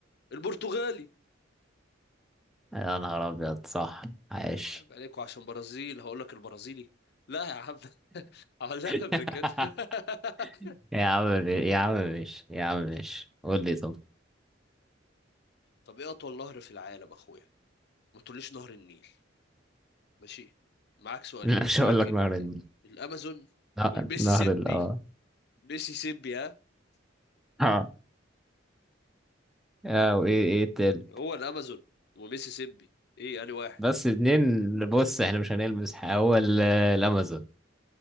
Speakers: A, on the left; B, in the centre.
A: البرتغالي
B: يا نهار ابيض صح عاش
A: ايوه عيب عليكوا عشان برازيل هقول لك البرازيلي لا يا عم اه لا
B: <laughs>
A: قبل كده <laughs>
B: يا عم ماشي- يا عم ماشي يا عم
A: ماشي
B: ماشي
A: ماشي
B: قول لي طب
A: طب ايه اطول نهر في العالم اخويا ما تقوليش نهر النيل ماشي معاك سؤالين
B: <laughs> مش
A: معاك
B: هقول لك
A: اجابتين
B: نهر النيل
A: الامازون
B: نهر
A: والميسيسيبي
B: نهر ال اه
A: ميسيسيبي ها
B: اه آه، وايه ايه
A: هو الامازون وميسيسيبي ايه انا واحد
B: بس اتنين بص احنا مش هنلمس حاجة. هو ال- الامازون